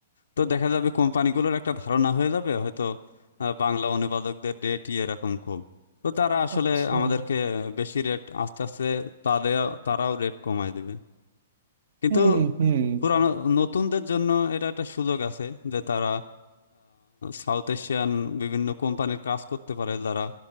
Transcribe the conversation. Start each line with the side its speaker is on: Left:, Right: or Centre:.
Left: তো দেখা যাবে কোম্পানিগুলোর একটা ধারণা হয়ে যাবে হয়তো আহ, বাংলা অনুবাদকদের রেট এরকম কম তো তারা আসলে
Right: আচ্ছা
Left: আমাদেরকে বেশি রেট আস্তে আস্তে তাদের তারাও রেট কমায় দেবে কিন্তু
Right: হুম হুম
Left: পুরানো নতুনদের জন্য এটা একটা সুযোগ আছে যে তারা সাউথ এশিয়ান বিভিন্ন কোম্পানির কাজ করতে পারে যারা